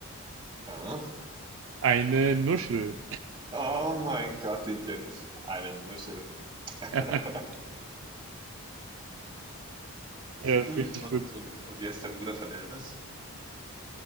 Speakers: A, on the right; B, on the right.
A: Äh?
B: Eine Nuschel.
A: Oh mein Gott, den kenne ich. Eine Nuschel. <laughs>
B: <laughs> Der ist
A: Hm,
B: richtig
A: Und,
B: gut.
A: und, und wie heißt der Bruder von Elvis?